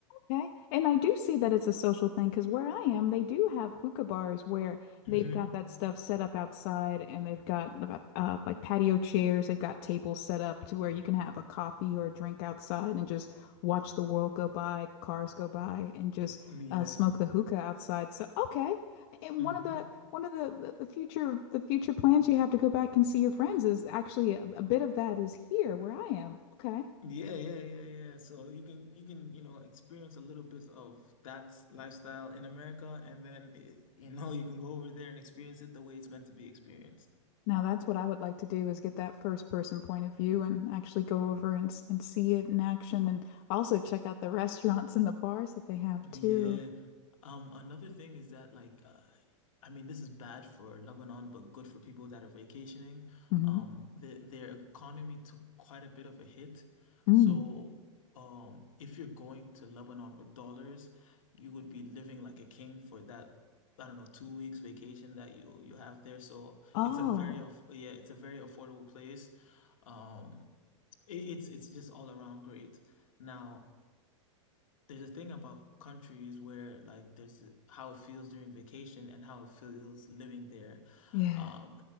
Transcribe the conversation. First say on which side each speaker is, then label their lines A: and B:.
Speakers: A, on the left (about 50°); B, on the left (about 80°).
A: Okay. And I do see that it's a social thing because where I am, they do have hookah bars where they've
B: hmm
A: got that stuff set up outside and they've got uh, like patio chairs. They've got tables set up to where you can have a coffee or a drink outside and just watch the world go by, cars go by, and just
B: Yeah.
A: uh, smoke the hookah outside. So, okay. And
B: hmm
A: one of the one of the, the, the future the future plans you have to go back and see your friends is actually a, a bit of that is here where I am. Okay.
B: Yeah, yeah, yeah, yeah. So you can you can, you know, experience a little bit of that lifestyle in America and then eh, you know, you can go over there and experience it the way it's meant to be experienced.
A: Now that's what I would like to do is get that first person point of view and actually go over and and see it in action and also check out the <laughs> restaurants and the bars that they have
B: Yeah.
A: too.
B: Um, another thing is that like uh, I mean this is bad for Lebanon but good for people that are vacationing.
A: hmm
B: Um the, their economy took quite a bit of a hit.
A: Mm.
B: So um if you're going to Lebanon with dollars, you would be living like a king for that I don't know two weeks vacation that you you have there. So
A: Oh,
B: it's a very aff- yeah, it's a very affordable place. Um it, it's it's just all around great. Now there's a thing about countries where like there's a- how it feels during vacation and how it feels living there.
A: yeah.
B: Um,